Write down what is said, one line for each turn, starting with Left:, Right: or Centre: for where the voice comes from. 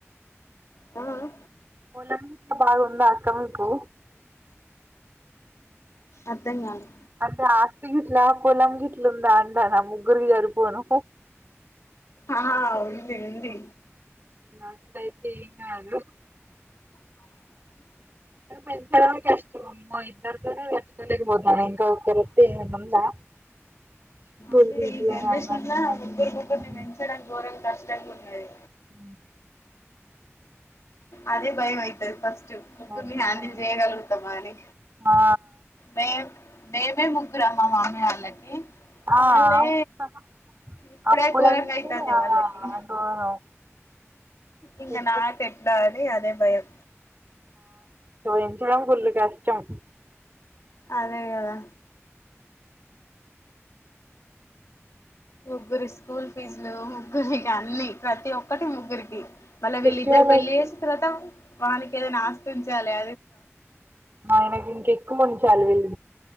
Left: కాదు
Right: పొలం బాగా ఉందా అక్క మీకు
Left: అర్థం కాలే
Right: అంటే ఆస్తి గిట్లా పొలం గిట్లుందా అంటానా ముగ్గురికి సరిపోను
Left: ఆ ఉంది ఉంది
Right: నాకైతే ఏం కాదు అది చానా కష్టం అమ్మో ఇద్దరితోనే తట్టుకోలేక పోతాన్నా ఇంకా ఒక్కరొతే ఏమైనా ఉందా స్కూల్
Left: అదే
Right: ఫీజులు
Left: ఈ జనరేషన్
Right: అని అవ్వని
Left: లా
Right: ఇవ్వని
Left: ముగ్గురు ముగ్గురిని పెంచడం గోరంగ కష్టంగ ఉన్నది
Right: ఊ
Left: అదే భయం అయితది ఫస్ ముగ్గురిని
Right: అవునే
Left: హ్యాండిల్
Right: భయం
Left: చెయ్యగలుగుతామా అని
Right: ఆ
Left: మేం నే మేం ముగ్గురా మా మమ్మి వాళ్ళకి
Right: ఆ
Left: వాళ్ళే
Right: ఆ
Left: ఇప్పుడే
Right: అప్పుడంటే
Left: ఘోరంగా అయితంది
Right: ఆ
Left: వాళ్ళకి
Right: గౌర ఆ
Left: ఇంగ
Right: ఇప్పుడు
Left: నాకు ఎట్లా అని అదే భయం
Right: <inaudible> చడం ఫుల్లు కష్టం
Left: అదే గదా ముగ్గురి స్కూల్ ఫీజులు ముగ్గురికి అన్లీ ప్రతి ఒక్కటి ముగ్గురికి మళ్ళా
Right: ఫెస్టివల్
Left: వీళ్ళిద్దరు పెళ్లి
Right: వస్తే
Left: చేసి తర్వాత వాళ్ళికి ఏదైనా ఆస్ధుంచాలె
Right: ఆయనకి ఇంక ఎక్కువ ఉంచాలి విల్